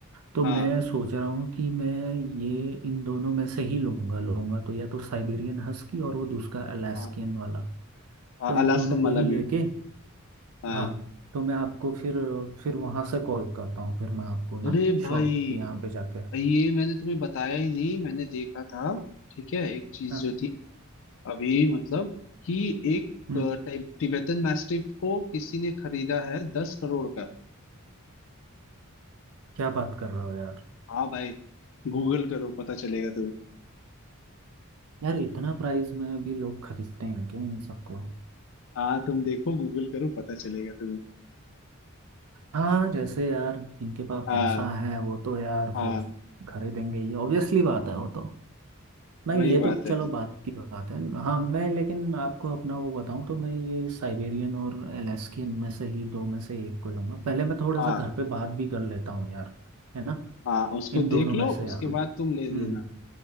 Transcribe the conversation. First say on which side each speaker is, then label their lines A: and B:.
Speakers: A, on the right; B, on the left.
A: तो
B: हाँ
A: मैं सोच रहा हूँ कि मैं ये इन दोनों में से ही लूँगा लूँगा तो या तो साइबेरियन हस्की और वो दूसरा अलास्कियन
B: हाँ
A: वाला
B: हाँ
A: तो इन
B: अलास्कन
A: दोनों को
B: मालाम्यूट
A: ही लेके
B: हाँ
A: हाँ तो मैं आपको फिर फिर वहाँ से कॉल करता हूँ फिर मैं आपको ना
B: अरे भाई
A: शॉप के यहाँ पे जाके
B: ये मैंने तुम्हें बताया ही नहीं मैंने देखा था ठीक है एक चीज
A: हाँ
B: जो थी अभी मतलब कि एक
A: हम्म
B: अ, टाइप टिबेटन मैस्टिफ को किसी ने खरीदा है दस करोड़ का
A: क्या बात कर रहे हो यार
B: हाँ भाई गूगल करो पता चलेगा
A: यार इतना प्राइस में भी लोग खरीदते हैं क्या इन सबको
B: हाँ तुम देखो गूगल करो पता चलेगा तुम्हें
A: हाँ जैसे यार जिनके पास
B: हाँ
A: पैसा है वो तो यार
B: हाँ
A: फिर खरीदेंगे ही ऑब्वियसली बात है वो तो नहीं
B: वही
A: ये
B: बात
A: तो
B: है
A: चलो बात की बात है हाँ मैं लेकिन आपको अपना वो बताऊं तो मैं ये साइबेरियन और अलास्कियन में से ही दो में से एक को लूंगा पहले मैं थोड़ा
B: हाँ
A: सा घर पे बात भी कर लेता हूँ यार है ना
B: हाँ उसको
A: इन
B: देख
A: दोनों
B: लो
A: में से
B: उसके
A: यार
B: बाद तुम
A: हम्म
B: ले लेना